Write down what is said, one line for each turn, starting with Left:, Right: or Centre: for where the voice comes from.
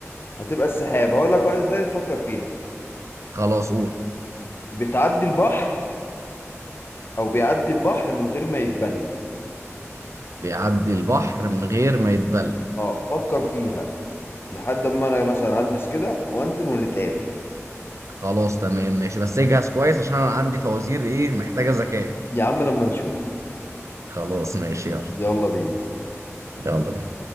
Left: هتبقى السحاب هقول لك واحدة تانية تفكر فيها
Right: خلاص قول
Left: بتعدي البحر او بيعدي البحر من غير ما يتبل
Right: بيعدي البحر من غير ما يتبل
Left: اه فكر فيها لحد ما انا مثلا هلبس كده وانزل ونتقابل
Right: خلاص تمام ماشي بس اجهز كويس عشان انا عندي فوازير ايه محتاجه ذكاء
Left: يا عم لما نشوف
Right: خلاص ماشي يلا
Left: يلا بينا
Right: يلا بينا